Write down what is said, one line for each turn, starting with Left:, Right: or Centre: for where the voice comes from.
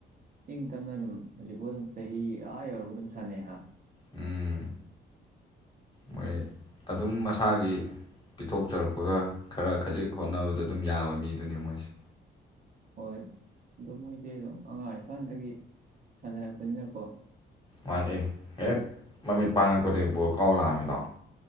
Right: ꯏꯪ ꯇꯞꯅ ꯑꯗꯨꯝ ꯍꯧꯖꯤꯛꯐꯥꯎ ꯑꯗꯨꯝ ꯆꯍꯤꯒ ꯌꯧꯔꯒ ꯑꯗꯨꯝ ꯁꯥꯟꯅꯩ ꯍꯥꯥꯟ
Left: ꯎꯝ ꯃꯣꯏ ꯑꯗꯨꯝ ꯃꯁꯥꯒꯤ ꯄꯤꯊꯣꯛꯆꯔꯛꯄꯒ ꯈꯔ ꯈꯖꯤꯛ ꯍꯣꯠꯅꯕꯗ ꯑꯗꯨꯝ ꯌꯥꯕ ꯃꯤꯗꯨꯅꯤ ꯃꯣꯏꯁꯦ
Right: ꯍꯣꯏ ꯑꯗꯨ ꯃꯣꯏꯁꯦ ꯑꯗꯨꯝ ꯑꯉꯥꯡ ꯏꯀꯥꯟꯗꯒꯤ ꯁꯥꯟꯅꯔꯛꯄꯅꯤꯅꯀꯣ
Left: ꯋꯥꯟ ꯑꯦ ꯍꯦꯛ ꯃꯃꯤꯠ ꯄꯥꯡꯉꯛꯄꯗꯒꯤ ꯕꯣꯔ ꯀꯥꯎ ꯂꯥꯛꯑꯝꯃꯤꯗꯣ